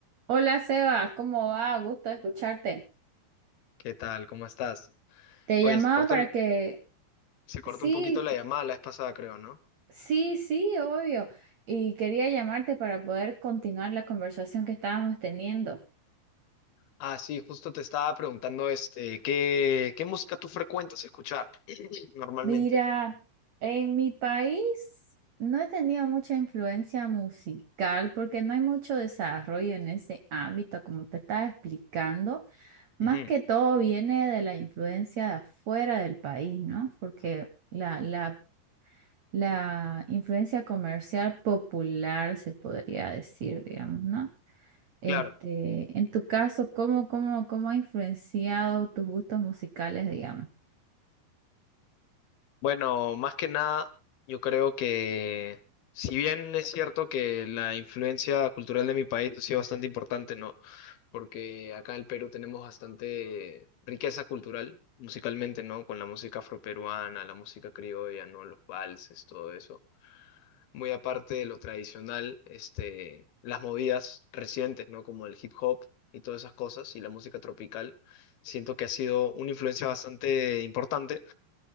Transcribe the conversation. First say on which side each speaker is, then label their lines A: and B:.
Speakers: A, on the right (about 80°); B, on the left (about 75°).
A: Hola Sebas, ¿cómo va? Gusto escucharte.
B: ¿Qué tal? ¿Cómo estás?
A: Te
B: Oye,
A: llamaba
B: se cortó,
A: para
B: el-
A: que,
B: se cortó
A: sí,
B: un poquito la llamada la vez pasada, creo, ¿no?
A: sí, sí, obvio. Y quería llamarte para poder continuar la conversación que estábamos teniendo.
B: Ah, sí, justo te estaba preguntando, este, ¿qué, qué música tú frecuentas escuchar <clears throat> normalmente?
A: Mira, en mi país no he tenido mucha influencia musical porque no hay mucho desarrollo en ese ámbito, como te estaba explicando. Más
B: Ujú,
A: que todo viene de la influencia de afuera del país, ¿no? Porque la, la la influencia comercial popular, se podría decir, digamos, ¿no? Este,
B: claro.
A: en tu caso, ¿cómo, cómo, cómo ha influenciado tus gustos musicales, digamos?
B: Bueno, más que nada, yo creo que, si bien es cierto que la influencia cultural de mi país ha sido bastante importante, ¿no? Porque acá en el Perú tenemos bastante riqueza cultural, musicalmente, ¿no? Con la música afroperuana, la música criolla, ¿no? Los valses, todo eso. muy aparte de lo tradicional, este, las movidas recientes, ¿no? Como el hip hop y todas esas cosas y la música tropical, siento que ha sido una influencia bastante importante